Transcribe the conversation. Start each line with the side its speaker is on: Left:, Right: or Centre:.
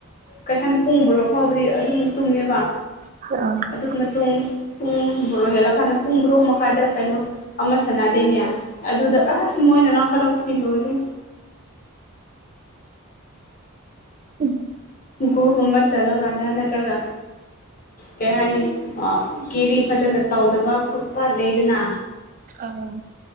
Left: ꯀꯩ ꯍꯥꯏꯅꯤ ꯄꯨꯡ ꯕꯔꯣ ꯐꯥꯎꯕꯗꯤ ꯑꯗꯨꯝ ꯇꯨꯝꯃꯦꯕ
Right: <unintelligible>
Left: ꯑꯗꯨ ꯃꯇꯨꯡ ꯄꯨꯡ ꯕꯣꯔꯣ ꯍꯦꯜꯂꯀꯥꯟꯗ ꯄꯨꯡ ꯕꯣꯔꯣ ꯃꯈꯥꯗ ꯀꯩꯅꯣ ꯑꯃ ꯁꯥꯟꯅꯗꯩꯅꯦ ꯑꯗꯨꯗ ꯑꯁ ꯃꯣꯏꯅ ꯂꯥꯡꯈꯠꯂꯛꯄꯗꯤ ꯂꯣꯏꯔꯦ꯫
Right: ꯎꯝ
Left: ꯒꯨꯒꯨꯝꯕ ꯆꯠꯂꯀꯥꯟꯗ ꯅꯠꯇ꯭ꯔꯒ ꯀꯩ ꯍꯥꯏꯅꯤ ꯀꯦꯔꯤ ꯐꯖꯅ ꯇꯧꯗꯕ ꯈꯣꯠꯄ ꯂꯩꯗꯅ
Right: ꯇ꯭ꯕꯔꯥ